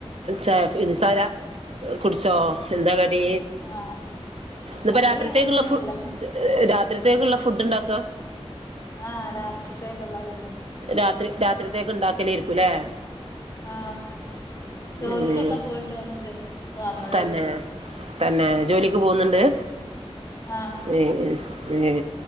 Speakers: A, on the right; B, on the left.
A: ച ഇനി <unintelligible> കുടിച്ചോ എന്താ കടി
B: ആഹ്
A: ത്പ്പോ
B: കടി
A: രാത്രിത്തേക്കുള്ള
B: അങ്ങനൊന്നുല്ല
A: ഫു രാത്രിത്തേക്കുള്ള ഫുഡ്ണ്ടാക്ക
B: ആ രാത്രിത്തേക്ള്ളാവു
A: രാത്രി രാത്രിത്തേക്ക് ഉണ്ടാക്കലേരിക്കുംല്ലേ
B: ആ ജോലിക്കൊക്കെ
A: ഉം
B: പോയിട്ട് വന്നിട്ട് വന്നതേള്ളു
A: തന്നെ തന്നെ ജോലിക്ക് പോന്നുണ്ട്
B: ആഹ്
A: ഏ ഏ